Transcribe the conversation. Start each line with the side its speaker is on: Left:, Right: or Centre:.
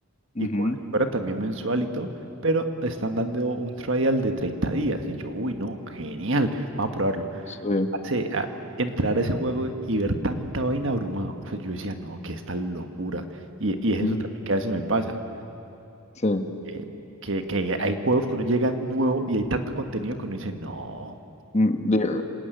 Left: Ujú,
Right: y cobra, y cobra también mensual y todo, pero están dando un trial de 30 días. Y yo, uy, no, genial, vamos a probarlo.
Left: Sí,
Right: Hace, a- entrar a ese juego y ver tanta vaina abrumado. O sea, yo decía, no, que esta locura. Y, y es
Left: mm,
Right: eso también que a veces me pasa.
Left: sí.
Right: eh, que, que hay juegos que uno llega nuevo y hay tanto contenido que uno dice, no.
Left: Mm, diga-